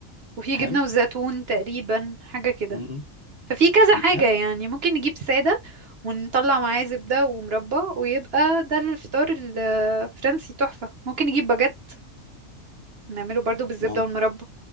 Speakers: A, on the right (about 55°); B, on the left (about 35°).
A: وفي جبنة
B: حلو
A: وزيتون تقريبا حاجة كده
B: مم.
A: ففي كذا حاجة
B: حلو
A: يعني ممكن نجيب سادة ونطلع معاه زبدة ومربى ويبقى ده الفطار الفرنسي تحفة ممكن نجيب باجيت نعمله برضو بالزبدة
B: ممكن
A: والمربى